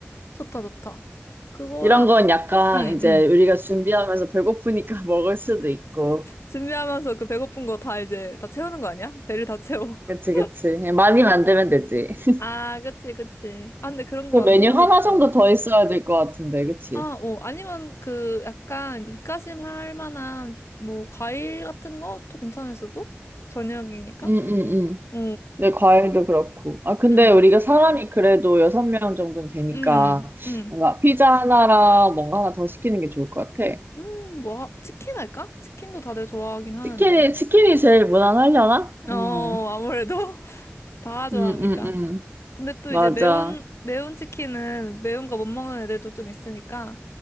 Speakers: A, on the left; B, on the right.
A: 좋다, 좋다. 그거랑,
B: 이런 건 약간
A: 응,
B: 이제
A: 응.
B: 우리가 준비하면서 배고프니까 <laughs> 먹을 수도 있고.
A: 준비하면서 그 배고픈 거 다 이제 다 채우는 거 아니야? 배를 다 채워.
B: 그치,
A: <laughs>
B: 그치. 많이 만들면 되지. <laughs>
A: 아, 그치, 그치. 아, 근데 그런 거
B: 그
A: 만드는
B: 메뉴 하나
A: 것도.
B: 정도 더 있어야 될 것 같은데, 그치?
A: 아, 어, 아니면 그 약간 이제 입가심 할 만한 뭐 과일 같은 것도 괜찮을 수도? 저녁이니까?
B: 응, 응, 응.
A: 어,
B: 근데 과일도 그렇고. 아, 근데
A: 응,
B: 우리가 사람이 그래도 여섯 명 정도는 되니까
A: 응, 응.
B: 뭔가 피자 하나랑 뭔가 하나 더 시키는 게 좋을 것 같아.
A: 음, 뭐, 하- 치킨 할까? 치킨도 다들 좋아하긴 하는데.
B: 치킨이, 치킨이 제일 무난하려나?
A: 어,
B: 응,
A: 아무래도 <laughs> 다 좋아하니까.
B: 응, 응, 응.
A: 근데 또
B: 맞아.
A: 이제 매운, 매운 치킨은 매운 거 못 먹는 애들도 좀 있으니까